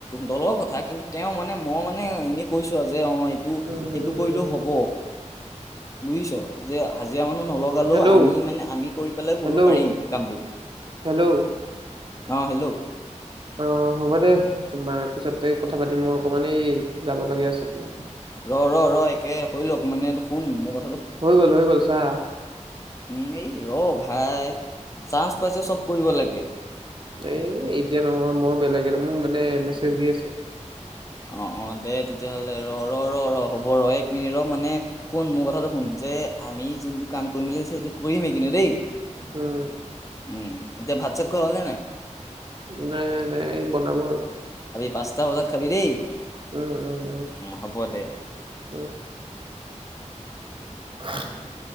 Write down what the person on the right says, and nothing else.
উম উম
হেল্ল'
হেল্ল'
হেল্ল'
অ হ'ব দে তোমাৰ পিছতে কথা পাতিম মই অকমানেই যাব লগীয়া আছে।
হৈ গ'ল হৈ গ'ল চা।
এই এতিয়া নহয় মই বেলেগ এটা মোক মানে মেছেজ দি আছে।
উম,
নাই নাই নাই এই বনাব আৰু।
উম উম উম
উম। <unintelligible>